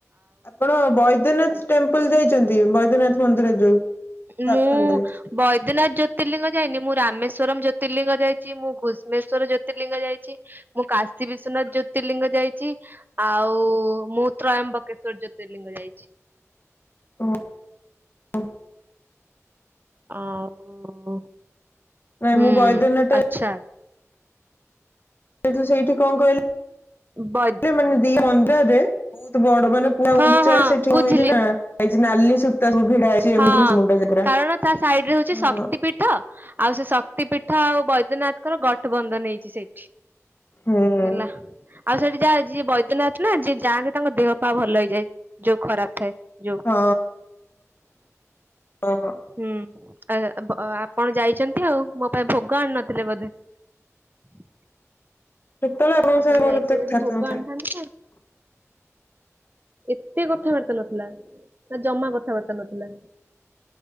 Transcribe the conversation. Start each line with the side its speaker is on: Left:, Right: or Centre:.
Left: ଆପଣ ବୈଦ୍ୟନାଥ ଟେମ୍ପଲ ଯାଇଛନ୍ତି ବୈଦ୍ୟନାଥ ମନ୍ଦିର ଯୋଉ। ଝାଡଖଣ୍ଡରେ
Right: ମୁଁ ବୈଦ୍ୟନାଥ ଜ୍ୟୋତିର୍ଲିଙ୍ଗ ଯାଇନି ମୁଁ ରାମେଶ୍ଵରମ ଜ୍ୟୋତି ଜ୍ୟୋତିର୍ଲିଙ୍ଗ ଯାଇଛି ମୁଁ ଘୁଷ୍ମେଶ୍ଵର ଜ୍ୟୋତିର୍ଲିଙ୍ଗ ଯାଇଛି। ମୁଁ କାଶୀ ବିଶ୍ଵନାଥ ଜ୍ୟୋତିର୍ଲିଙ୍ଗ ଯାଇଛି। ଆଉ ମୁଁ ତ୍ରୟମ୍ବକେଶ୍ଵର ଜ୍ୟୋତିର୍ଲିଙ୍ଗ ଯାଇଛି।
Left: ହଁ ହ
Right: ଆଉ।
Left: ନାଇଁ
Right: ହୁଁ
Left: ମୁଁ ବଇଦ ନାଥ
Right: ଆଚ୍ଛା
Left: ତୁ ସେଇଠି କଣ କହିଲେ
Right: ବୈ
Left: <inaudible> ମାନେ ଦି ମନ୍ଦିରରେ ବହୁତ ବଡ ମାନ ପୁରା
Right: ହଁ
Left: ଉଚା
Right: ହଁ
Left: ସେଠି
Right: ବୁଝିଲି
Left: ହେଇଛି ନା ହେଇଛି ନାଲି ସବୁ ଭିଡା ହେଇଛି ଏମୁଣ୍ଡରୁ
Right: ହଁ
Left: ସେମୁଣ୍ଡ ଯାଏ ପୁରା
Right: କାରଣ ତା ସାଇଡ ରେ ହଉଛି
Left: ହଁ
Right: ଶକ୍ତି ପୀଠ ଆଉ ସେ ଶକ୍ତି ପୀଠ ଆଉ ବୈଦ୍ୟନାଥ ଙ୍କର ଗଠବନ୍ଧନି ହେଇଛି ସେଇଠି।
Left: ହୁଁ
Right: ହେଲା ଆଉ ସେଠି ଯାହା ଯି ବୈଦ୍ୟନାଥ ନା ଯି ଯାଆନ୍ତି ତାଙ୍କ ଦେହ ପା ଭଲ ହେଇଯାଏ ଯୋଉ ଖରାପ ଥାଏ। ଯୋଉ
Left: ହଁ। ହଁ
Right: ହୁଁ। ଆ ବା ଆ ଆପଣ ଯାଇଛନ୍ତି ଆଉ ମୋ ପାଇଁ ଭୋଗ ଆଣି ନଥିଲେ ବୋଧେ? <inaudible>
Left: କେତବେଳେ ଆପଣଙ୍କ
Right: ଆପଣ ଯାଇଥିଲେ
Left: ସ
Right: ଯଦି ଭୋଗ ଆଣିଥାନ୍ତେ
Left: <unintelligible>
Right: <inaudible> ଏତେ କଥାବାର୍ତ୍ତା ନଥିଲା ନା ଜମା କଥାବାର୍ତ୍ତା ନଥିଲା। <inaudible>